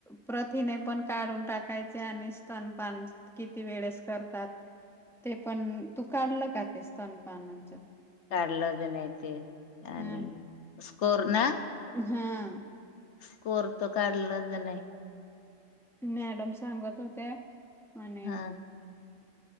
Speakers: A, in the centre; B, on the left (about 65°).
A: प्रथिने पण काढून टाकायचे आणि स्तनपान -- किती वेळेस करतात ते पण तू काढलं का ते स्तनपानाच?
B: काढलं ज नाही ते आणि
A: हा
B: स्कोर ना
A: हा
B: स्कोर तर काढलाच नाही.
A: मॅडम सांगत होत्या आणि
B: हा